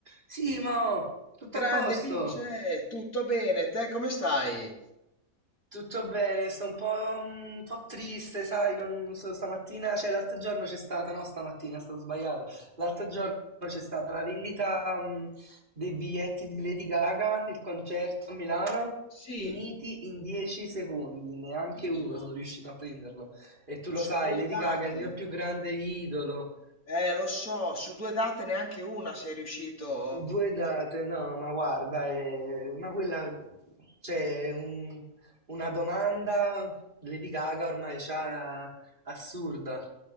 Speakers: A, on the right; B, on the left.
A: Simo, tutto
B: Grande
A: a posto?
B: Vince, tutto bene? Te come stai?
A: Tutto bene, sto un po', un po' triste, sai, non so, stamattina, cioè l'altro giorno c'è stata, no, stamattina, stato sbagliato, l'altro giorno c'è stata la vendita, mh, dei biglietti di Lady Gaga, il concerto a Milano,
B: Sì.
A: finiti in 10 secondi, neanche
B: No.
A: uno sono riuscito a prenderlo. E tu
B: Su
A: lo sai,
B: due
A: Lady
B: date.
A: Gaga è il mio più grande idolo,
B: Eh, lo so, su due date neanche una sei riuscito.
A: Due date, no, ma guarda, eh, ma quella c'è un- una domanda Lady Gaga ormai c'ha assurda.